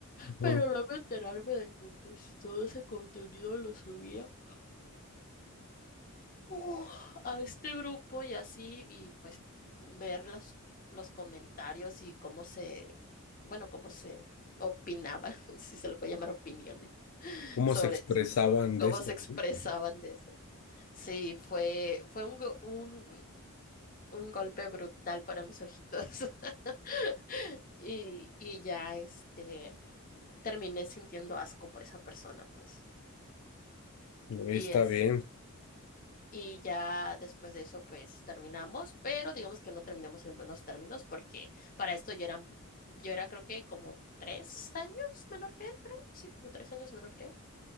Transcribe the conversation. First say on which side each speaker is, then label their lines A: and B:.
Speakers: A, on the left (about 75°); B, on the left (about 40°).
A: ajá.
B: Pero luego enterarme de que pues todo ese contenido lo subía uh, a este grupo y así, y pues ver los, los comentarios y cómo se, bueno, cómo se opinaban, <laughs> si se le puede llamar opiniones,
A: cómo
B: sobre
A: se expresaban
B: cómo
A: de eso,
B: se expresaban
A: ¿no?
B: de eso. Sí, fue, fue un, go- un, un golpe brutal para mis ojitos. <laughs> Y, y ya este terminé sintiendo asco por esa persona, pues.
A: No, Está
B: Y es
A: bien,
B: Y ya después de eso, pues terminamos, pero digamos que no terminamos en buenos términos porque para esto yo era, un po- yo era creo que como tres años menor que él, creo, sí, como tres años menor que él.